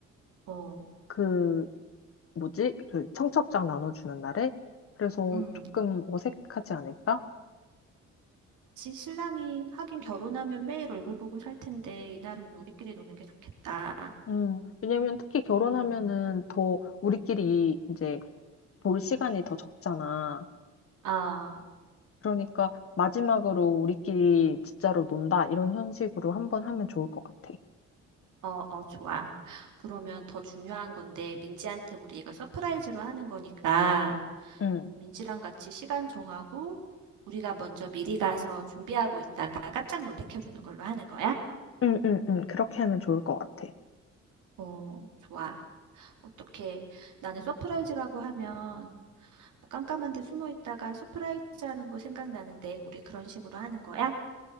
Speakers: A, on the right; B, on the left.
A: 어,
B: 그 뭐지? 그 청첩장 나눠주는 날에? 그래서
A: 음.
B: 조금 어색하지 않을까?
A: 그치, 신랑이 하긴 결혼하면 매일 얼굴 보고 살 텐데 이날은 우리끼리 노는 게 좋겠다.
B: 음, 왜냐면 특히 결혼하면은
A: 음.
B: 더 우리끼리 이제 볼 시간이 더 적잖아.
A: 아,
B: 그러니까 마지막으로 우리끼리 진짜로 논다 이런 형식으로 한 번 하면 좋을 것 같아.
A: 어, 어, 좋아. 그러면 더 중요한 건데 민지한테 우리가 서프라이즈로 하는 거니까
B: 응.
A: 민지랑 같이 시간 정하고 우리가 먼저 미리 가서 준비하고 있다가 깜짝 놀래켜 주는 걸로 하는 거야?
B: 응, 응, 응. 그렇게 하면 좋을 것 같아.
A: 어, 좋아. 어떻게 나는 서프라이즈라고 하면 뭐 깜깜한 데 숨어 있다가 서프라이즈 하는 거 생각나는데 우리 그런 식으로 하는 거야?